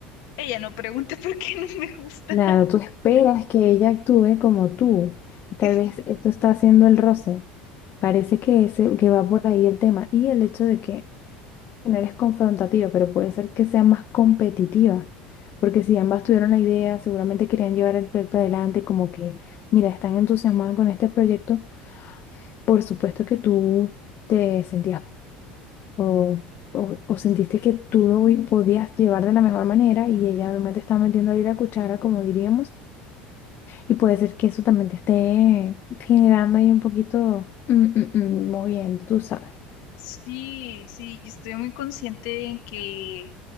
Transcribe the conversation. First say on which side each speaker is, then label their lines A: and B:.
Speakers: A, on the left; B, on the left.
A: ella no pregunta <laughs> por qué no me gusta.
B: Claro, tú esperas que ella actúe como tú y tal
A: <laughs>
B: vez esto está haciendo el roce. Parece que, ese, que va por ahí el tema y el hecho de que no eres confrontativa, pero puede ser que sea más competitiva, porque si ambas tuvieron la idea, seguramente querían llevar el proyecto adelante, como que, mira, están entusiasmadas con este proyecto, por supuesto que tú te sentías o, o, o sentiste que tú lo podías llevar de la mejor manera y ella obviamente está metiendo ahí la cuchara, como diríamos. Y puede ser que eso también te esté generando ahí un poquito mm, mm, mm, moviendo, tú sabes.
A: Sí, sí, y estoy muy consciente en que